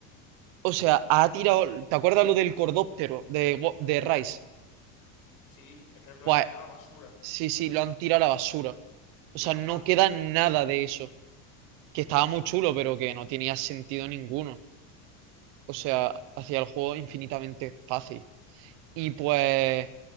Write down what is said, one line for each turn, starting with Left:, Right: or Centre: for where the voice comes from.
Right: o sea, ha tirado, ¿te acuerdas lo del cordóptero de, Wo- de Rice?
Left: Sí, espero que lo
Right: Pues
Left: hayan tirado a la basura.
Right: sí, sí, lo han tirado a la basura. O
Left: Menos
Right: sea, no
Left: mal.
Right: queda nada de eso. Que estaba muy chulo, pero que no tenía sentido ninguno. O sea,
Left: Ujú.
Right: hacía el juego infinitamente fácil. Y pues